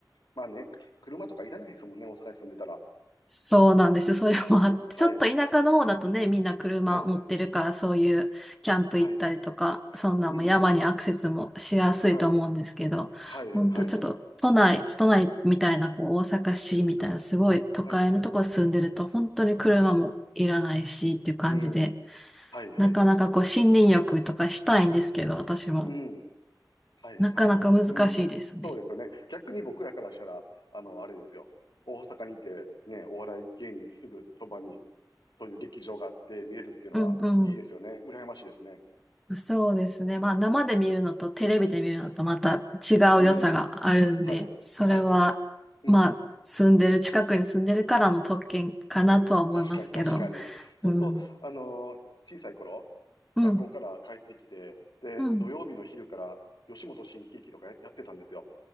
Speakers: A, on the left; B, in the centre.
A: まあね、く車とかいらないですもんね、大阪に住んでたら。
B: そうなんですよ。それもあって、ちょっと田舎の方だとね、
A: はい、
B: みんな車持ってるから、
A: はい、
B: そういうキャンプ行ったりとか、
A: はい、
B: そんなんも山にアクセスもしやすいと思うんですけど、
A: うん、はい、はい、
B: ほんとちょっと都内、
A: はい、
B: 都内みたいな、こう大阪市みたいな、すごい都会のとこ住んでると、
A: はい、
B: 本当に車もいらないしっていう感じで、
A: うん、はい、はい。
B: なかなかこう森林浴とかしたいんですけど、私も。
A: うん。はいはい。
B: なかなか難しいですね。
A: うん。そうですよね。逆に僕らからしたら、あの、あれですよ。大阪にいて、ね、お笑い芸人すぐそばに、そういう劇場があって見れるっていうのは、
B: うん
A: いいですよね。羨ましいですね。
B: そうですね。まあ生で見るのとテレビで見るのとまた違う良さがあるんで、
A: うん。はい。
B: それはまあ住んでる、
A: はい。うん。
B: 近くに住んでるからの特権かなとは思いますけど。
A: 確かに確かに。本当あのー小さい頃、
B: うん。うん。
A: 学校から帰ってきて、で、
B: うん。
A: 土曜日の昼から吉本新喜劇とかややってたんですよ。